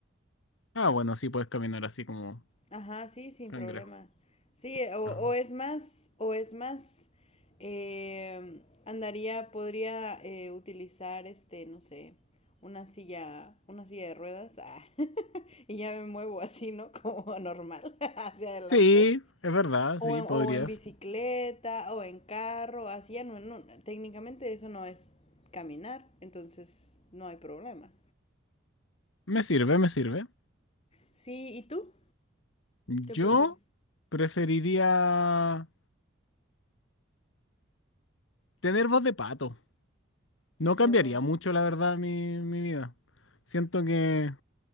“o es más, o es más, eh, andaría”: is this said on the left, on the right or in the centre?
Left